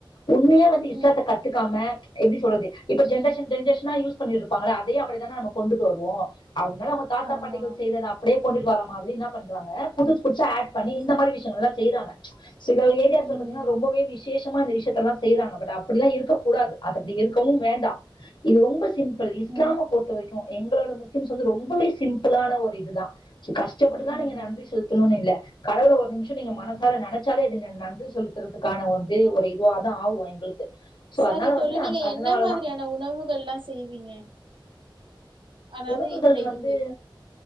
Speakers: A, on the left; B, on the right.
A: உண்மையா வந்து இஷ்டத்த
B: ம்
A: கத்துக்காம எப்டி ஸ் சொல்றது இப்ப ஜென்ரேஷன்
B: ம்
A: ஜென்ரேசனா யூஸ் பண்ணிட்ருப்பாங்கல்ல அதையே அப்புடிதானா நாம கொண்டுட்டு வருவோம் அத்னால அவங்க தாத்தா
B: ஆமா
A: பாட்டிகள் செய்தது அப்புடே கொண்டுட்டு வரா மாதிரி இன்னா பண் றாங்க புதுஸ் புதுசா ஆட் பண்ணி
B: ம்
A: இந்த மாரி விஷயங்கள்லா செய்றாங்க சில ஏரியாஸ்ல
B: ம்
A: பாத்தீங்கன்னா
B: ம்
A: ரொம்பவே விசேஷ் தமா அந்த விஷயத்தல்லா செய்யிறாங்க பட் அப்டில்லா இருக்கக்கூடாது அது அப்டி இருக் கவும் வேண்டா இது ரொம்ப சிம்பிள் இஸ்லாம
B: ம்
A: பொறுத்த வரைக்கும் எங்களோட முஸ்லிம்ஸ் வந்து ரொம்பவே சிம்பிளான ஒரு இதுதான் கஷ்டப்பட்டு லா
B: ம்ஹும்
A: நீங்க நன்றி செலுத்தணுன்னுயில்ல கடவுள ஒரு நிமிஷம் நீங்க
B: ம்
A: மனசார நெனச்சாலே அது நன் நன்றி செலுத்துறதுக்கான வந்து ஒரு இதுவா தா ஆகும் எங்களுக்கு சோ
B: சரி
A: அதனால
B: தோழி
A: வந்து
B: நீங்க
A: அந்த- அதனாலதான்
B: என்ன மாதிரியான உணவுகள்லா செய்வீங்க அதாவது
A: உணவுகள்
B: இந்த இதுக்கு
A: வந்து